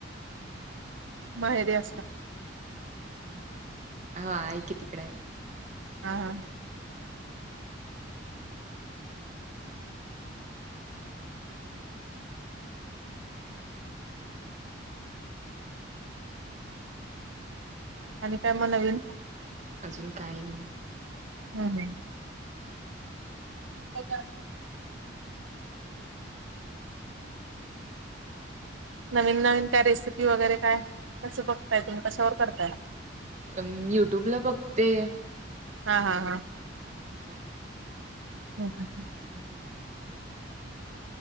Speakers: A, on the right (about 80°); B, on the right (about 35°).
A: म हे द्या.
B: म. हम्. हो आहे की तिकडे आहे.
A: हा हां हा.
B: हम्म.
A: आणि काय म नवीन?
B: अजून काही नाही.
A: हम् हम. <unintelligible> नवीन नवीन काय रेसिपी वगैरे काय? कसं बघताय? तुम्ही कशावर करताय?
B: अं. युट्यूबला बघते.
A: हा हा हा.
B: आणि मी करते मग.
A: ह ह ह.
B: हम्म.